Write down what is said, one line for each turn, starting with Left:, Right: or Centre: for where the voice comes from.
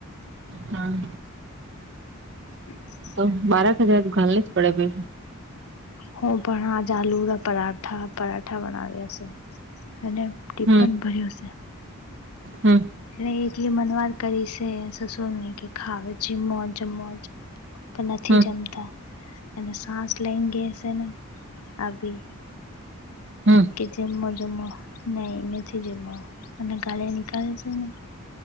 Right: હમ્મ
Left: <inaudible>
Right: તો બારક હજાર ઘાલને જ પડે બેન
Left: હું પણ આ જલુ પરાઠા પરાઠા બનાવી્યા હશે અને
Right: હમ
Left: ટપ્પન ભર્યો છે
Right: હમ
Left: એ એકલી મનવાર કરી છે સસુર નહી કે ખાવે જીમો જિમો પણ નથી
Right: હમ
Left: જમતા અને સાસ લઈંગે હશેને અભી
Right: હમ્મ
Left: કે જમમો જમો નહી નથી જમો અને ગાળ નીકાળે છે ને